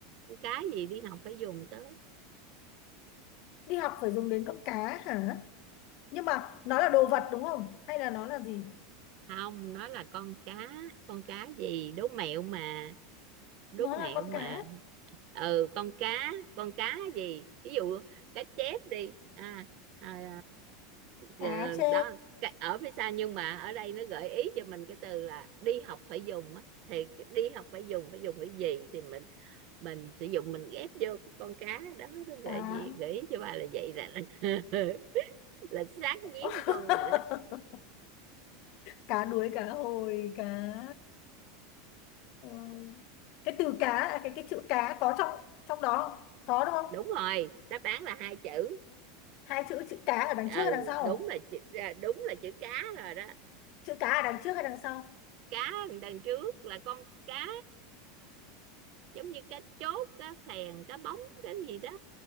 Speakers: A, on the right (about 50°); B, on the left (about 50°).
A: con cá gì đi học phải dùng tới
B: đi học phải dùng đến con cá hả nhưng mà nó là đồ vật đúng không hay là nó là gì
A: không nó là con cá con cá gì đố mẹo mà đố
B: nó là
A: mẹo
B: con
A: mà
B: cá
A: ừ con cá con cá gì ví dụ cá chép đi à, à,
B: cá
A: ờ,
B: chê
A: đó cái- ở phía sau nhưng mà ở đây nó gợi ý cho mình cái từ là đi học phải dùng á thì cái đi học phải dùng phải dùng cái gì thì mình mình sử dụng mình ghép vô cái con cá đó nó
B: cá
A: gợi gì gợi ý cho bà là vậy là <laughs> là sát nhiếp
B: <laughs>
A: luôn rồi đó
B: cá đuối cá hồi cá Ờ, cái từ cá à, cái cái chữ cá có trong trong đó không? có đúng không
A: đúng rồi đáp án là hai chữ
B: hai chữ chữ cá ở đằng
A: ừ
B: trước hay đằng sau
A: đúng là chữ à, đúng là chữ cá rồi đó
B: chữ cá ở đằng trước hay đằng sau
A: cá đằng trước là con cá giống như cá chốt cá phèn cá bóng cái gì đó